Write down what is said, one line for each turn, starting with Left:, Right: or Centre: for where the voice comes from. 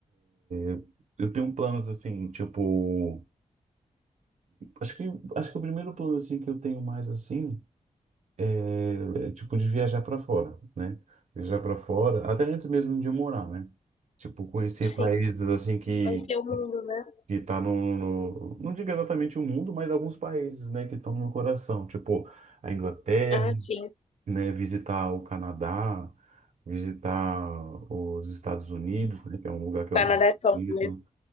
Right: é, eu tenho planos assim, tipo, acho que, acho que o primeiro plano assim que eu tenho mais assim. é, é tipo de viajar para fora, né? Viajar para fora, até antes mesmo de eu morar, né? Tipo, conhecer
Left: Sim.
Right: países assim que
Left: Vai ser o mundo, né?
Right: que tá no, no- não digo exatamente o mundo, mas alguns países, né, que estão no meu coração, tipo a Inglaterra,
Left: Ah, sim. O
Right: né, visitar o Canadá, visitar os Estados Unidos, né, que é um lugar que eu
Left: Canadá
Right: gosto
Left: é top,
Right: muito,
Left: né?